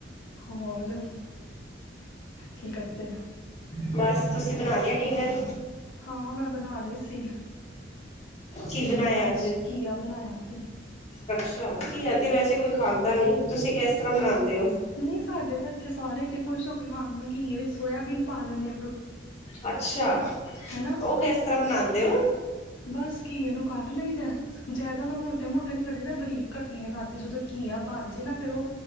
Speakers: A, on the left (about 80°); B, on the left (about 35°).
A: ਹੋਰ ਕੀ ਕਰਤੇ
B: ਬਸ ਤੁਸੀਂ ਬਣਾ ਲਿਆ ਡਿਨਰ
A: ਹਾਂ ਮੈਂ ਬਣਾ ਲਈ ਸੀ
B: ਕੀ ਬਣਾਇਆ
A: ਮੈਂ ਅੱਜ ਘੀਆ ਬਣਾਇਆ ਸੀ
B: ਅੱਛਾ ਕੀ ਆ ਤੇ ਵੈਸੇ ਕੋਈ ਖਾਂਦਾ ਨੀ ਤੁਸੀਂ ਕਿਸ ਤਰ੍ਹਾਂ ਬਣਾਉਂਦੇ ਹੋ
A: ਨਹੀਂ ਸਾਡੇ ਤਾਂ ਇੱਥੇ ਸਾਰੇ ਇਡੇ ਖੁਸ਼ ਹੋ ਕੇ ਖਾਂਦੇ ਘੀਆ ਸੋਇਆਬੀਨ ਪਾ ਲੈਣੀ ਹਾਂ
B: ਅੱਛਾ
A: ਹੈਨਾ
B: ਉਹ ਕਿਸ ਤਰ੍ਹਾਂ ਬਣਾਉਂਦੇ ਹੋ
A: ਬਸ ਘੀਏ ਨੂੰ ਉਹਨੂੰ ਕੱਟ ਨਈ ਜਿਆਦਾ ਮੈਂ ਮੋਟੇ ਮੋਟੇ ਨੀ ਕਟਦੀ ਨਾ ਬਰੀਕ ਕੱਟਣੀ ਹੈ ਤਾਂ ਕਿ ਜਦੋਂ ਘੀਆ ਬਣ ਜਾ ਨਾ ਫੇਰ ਉਹ